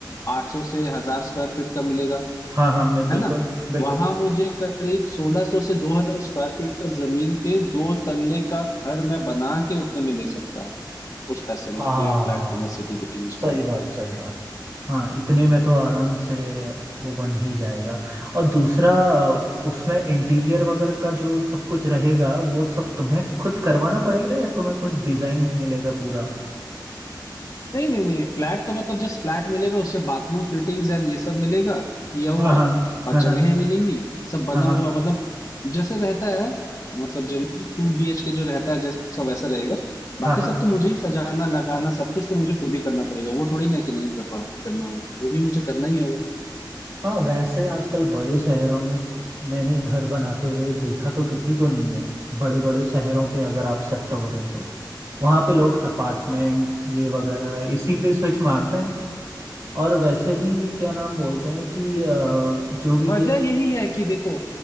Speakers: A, on the left; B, on the right.
A: आठ सौ से हजार स्क्वायर फीट का मिलेगा
B: हाँ हाँ मैं बिल्कुल
A: है ना
B: बिल्कुल
A: वहां मुझे करीब सोलह सौ से दो हजार स्क्वायर फीट का जमीन पे दो तल्ले का घर मैं बना के उतने में ले सकता हूँ उस पैसे
B: हाँ
A: में जितने में फ्लैट लूंगा सिटी के बीच
B: सही
A: में
B: बात सही बात हाँ इतने में तो आराम से वो बन ही जाएगा और दूसरा अ, उसमें इंटीरियर वगैरह का जो सब कुछ रहेगा वो सब तुम्हें खुद करवाना
A: हम्म,
B: पड़ेगा या तुम्हें खुद डिजाइन मिलेगा पूरा
A: नहीं नहीं नहीं फ्लैट तो मतलब जस्ट फ्लैट मिलेगा उसमें बाथरूम फिटिंग्स एंड ये सब मिलेगा किया हुआ
B: हाँ हाँ
A: और
B: हाँ हाँ
A: जगहें मिलेंगी सब बना
B: हाँ हाँ
A: हुआ मतलब जैसे रहता है मतलब generally two B H K जो रहता है जैसा वैसा रहेगा बाकी
B: हाँ हाँ
A: सब तो मुझे ही सजाना लगाना सब कुछ तो मुझे खुद ही करना पड़ेगा वो थोड़ी ना है कि नहीं कर पा करना होगा वो भी मुझे करना ही होगा
B: हाँ वैसे आजकल बड़े शहरों में स- मैंने घर बनाते हुए देखा तो किसी को नहीं है बड़े बड़े शहरों पे अगर आप शिफ्ट हो रहे हो तो वहाँ पे लोग अपार्टमेंट ये वगैरह इसी पे स्विच मारते हैं और वैसे भी क्या नाम बोलते हैं कि अ, जो भी
A: वजह
B: ये
A: यही है कि देखो